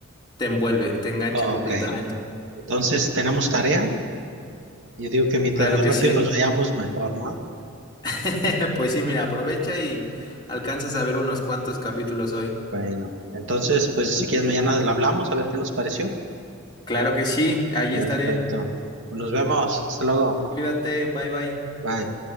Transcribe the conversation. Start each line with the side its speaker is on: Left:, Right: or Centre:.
Left: te envuelve, te engancha
Right: ok.
Left: completamente.
Right: Entonces tenemos tarea. Yo digo que mientras
Left: Claro
Right: más
Left: que
Right: rápido
Left: sí.
Right: nos vayamos, mejor, ¿no?
Left: <laughs> Pues sí, mira, aprovecha y alcanzas a ver unos cuantos capítulos hoy.
Right: Bueno, entonces, pues si quieres mañana la hablamos, a ver qué nos pareció.
Left: Claro que sí, ahí
Right: Perfecto.
Left: estaré.
Right: Nos vemos. Hasta luego.
Left: Cuídate, bye bye.
Right: Bye.